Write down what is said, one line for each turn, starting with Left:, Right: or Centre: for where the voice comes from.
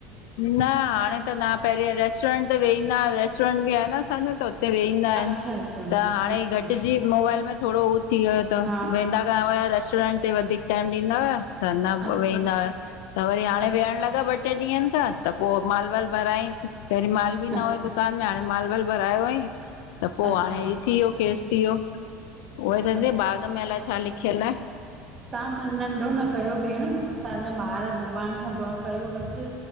Left: न हाणे त न पहिरीं रेस्टोरेंट ते वेहींदा हा रेस्टोरेंट भी आहे न असांजो त हुते वेही ईंदा आहिन
Right: अच्छा अच्छा
Left: त हाणे
Right: अच्छा
Left: घटिजी मोबाइल में थोरो उह थी वियो त
Right: हा
Left: वेंदा कया हुया रेस्टोरेंट ते वधीक टाइम ॾींदा हुआ त न
Right: अच्छा
Left: वेंदा हुया त वरी हाणे
Right: अच्छा
Left: वेहण लॻा ॿ टे ॾींहन ठीक आहे त पोइ माल वाल भराई पहिरीं माल बि
Right: अच्छा
Left: न हुयो दुकान में हाणे माल वाल भरायो हुयईं त पोइ
Right: अच्छा
Left: हाणे ही थी वयो केस थी वयो उहोई चांती
Right: अच्छा
Left: भाग में अलाए छा लिखियल आ
Right: तव्हां मन नंढो न कयो भेण तव्हांजा ॿार भॻवान खां दुआ कयो बसि